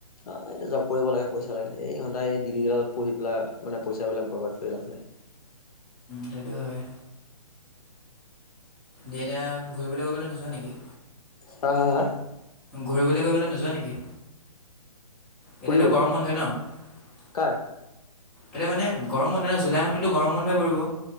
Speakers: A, on the left; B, in the centre.
A: অ', এইটো জব কৰিব লাগে, পইচা লাগে, এই ঘণ্টা এই ডিগ্ৰীগিলাত পঢ়ি পেলাই মানে পইচাবিলাক বৰবাদ কৰি লাভ নাই।
B: সেইটো হয়। দুইটাই ঘূৰিবলে <unintelligible> নোযোৱা নেকি?
A: হা, হা, হা।
B: ঘূৰিবলে কৰিবলৈ নোযোৱা নেকি?
A: ফুৰিবলৈ
B: এতিয়াতো গৰম বন্ধ হয় ন।
A: কাৰ
B: কিবা মানে গৰম বন্ধই, জুলাই মাহটোতোন গৰম বন্ধই পৰিব।